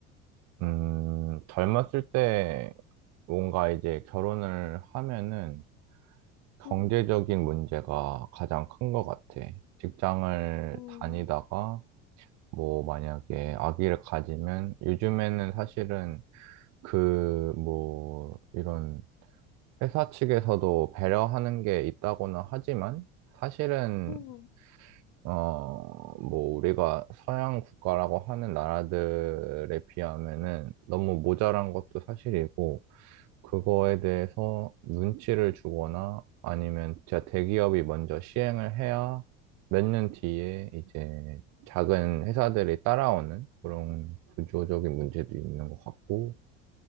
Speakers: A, on the right (about 50°); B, on the left (about 80°).
A: 음 젊었을 때 뭔가 이제 결혼을 하면은 경제적인
B: 응
A: 문제가 가장 큰 것 같아. 직장을
B: 응
A: 다니다가 뭐 만약에 아기를 가지면 요즘에는 사실은 그 뭐 이런 회사 측에서도 배려하는 게 있다고는 하지만 사실은
B: 응.
A: 어 뭐 우리가 서양 국가라고 하는 나라들에 비하면은 너무 모자란 것도 사실이고 그거에 대해서 눈치를 주거나 아니면 진짜 대기업이 먼저 시행을 해야 몇 년 뒤에 이제 작은 회사들이 따라오는 그런 구조적인 문제도 있는 것 같고,